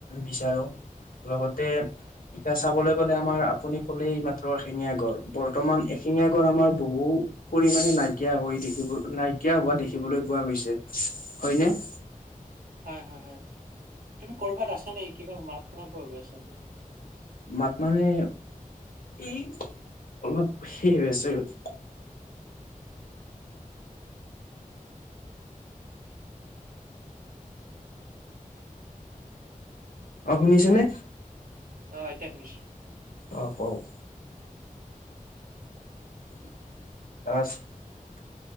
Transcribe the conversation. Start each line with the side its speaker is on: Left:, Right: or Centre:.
Left: বিচাৰো। লগতে এতিয়া চাবলৈ গলে আমাৰ আপুনি কলেই মাত্ৰ শেঙীয়া গৰ বৰ্তমান এশিঙীয়া গড়ৰ আমাৰ বহুত পৰিমাণে নাইকিয়া হৈ দেখিব নাইকিয়া হোৱা দেখিবলৈ পোৱা গৈছে হয়নে! <inaudible>
Right: হয়, হয়, হয় তুমি ক'ৰবাত আছা নেকি? কিবা মাত শুনাব গৈ আছে মানে।
Left: <unintelligible> পানী ই অলপ সেইছিল <inaudible> অ', শুনিছেনে?
Right: অঁ এতিয়া শুনিছো।
Left: অ', কওঁক। <unintelligible>